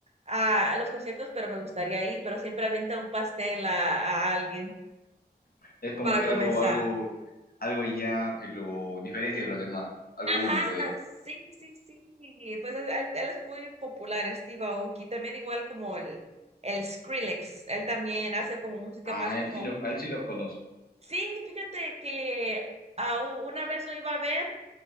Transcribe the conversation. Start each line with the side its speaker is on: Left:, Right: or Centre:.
Right: a, a los conciertos, pero me gustaría ir, pero siempre avienta un pastel a, a alguien
Left: Es como
Right: para
Left: que
Right: comenzar.
Left: algo, algo, algo ya que lo diferencia de los demás, ¿no? Algo
Right: Ajá,
Left: único de él.
Right: sí, sí, sí. Pues él, él- él es muy popular, Steve Aoki. También igual como el, el Skrillex. Él también hace como música
Left: Ah,
Right: más como...
Left: él sí lo, a él sí lo conozco.
Right: Sí, fíjate que ah, u- una vez lo iba a ver